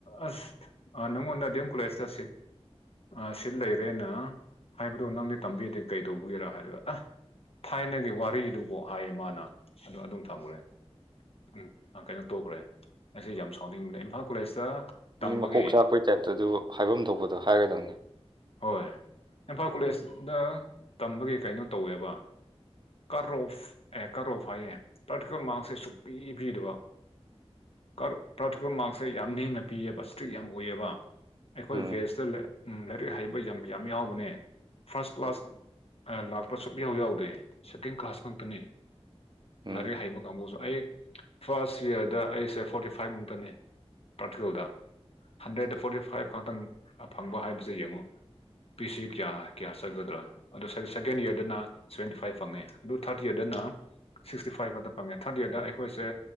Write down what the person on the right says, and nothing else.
ꯃꯤ
ꯃꯀꯣꯛ ꯆꯥꯛꯄꯩ ꯇꯥꯏꯞꯇ ꯑꯗꯨꯕꯨ ꯍꯥꯏꯐꯝ ꯊꯣꯛꯄꯗꯣ ꯍꯥꯏꯒꯗꯕꯅꯦ
ꯎꯝ
ꯎꯝ